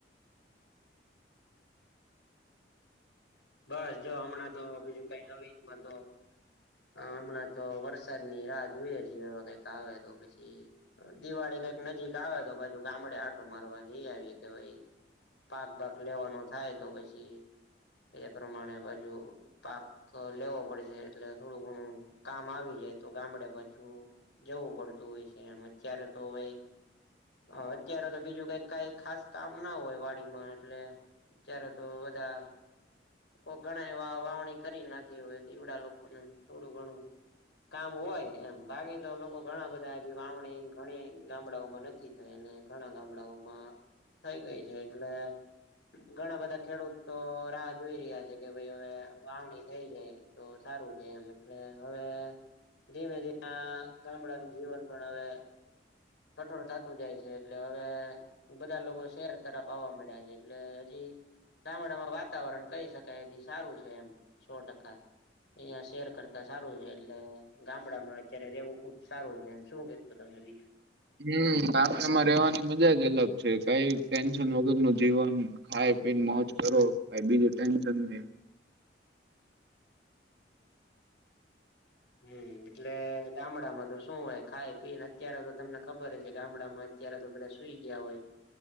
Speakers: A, on the left; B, on the right.
A: બસ જો હમણાં તો બીજું કઈ નવીન માં તો હ હમણાં તો વરસાદ ની રાહ જોઈએ છે હ કઈક આવે તો પછી દિવાળી કંઈક નજીક આવે તો પાછુ ગામડે આટો મારવા જઈ આવી કે ભઈ પાક બાક લેવાનો થાય તો પછી એ પ્રમાણે બાજુ પાક તો લેવો પડશે એટલે થોડું ઘણું કામ આવી જાય તો ગામડે પાછું જવું પડતું હોય છે એમ અત્યારે તો હવે હ અત્યારે તો બીજું કઈ કઈ ખાસ કામ ના હોય વાડીમાં એટલે અચાર તો બધા કો ઘણા એવા વાવણી કરી નાખી હોય દીવડા લોકોનું થોડું ઘણું કામ હોય એમ બાકી તો લોકો ઘણા બધા હજી વાવણીન ઘણી ગામડાઓમાં નથી હેય નઈન ઘણા ગામડાઓમાં થઈ ગઈ છે એટલે ઘણા બધા ખેડૂતો તો રાહ જોઈ રહ્યા છે કે ભાઈ હવે વાવણી થઈ જાય તો સારું છે એમ એટલે હવે- ધીમે ધીમે ગામડાનું જીવન ગણ આવે- કઠોર થતું જાય છે. એટલે હવે- બધા લોકો શહેર તરફ આવવા માંડ્યા છે. એટલે હજી ગામડામાં વાતાવરણ કઈ શકાય એ સારું છે. એમ સો ટકા- અહિયાં શેર કરતા સારું છે એટલે ગામડામાં અત્યારે રહેવું ખુબ સારું છે શું કે- પતા કરી-
B: હમ ગામડામાં રવાની મજા જ અલગ છે કઈ ટેન્શન વગર નું જીવન- ખાય પીને મોજ કરો ભ બીજું ટેન્શન નહી-
A: હમ એટલે ગામડામાં તો શું હોય ખાય પીને અત્યારે તો તમને ખબર છે ગામડામાં- અત્યારે તો બધા સુઈ ગયા હોય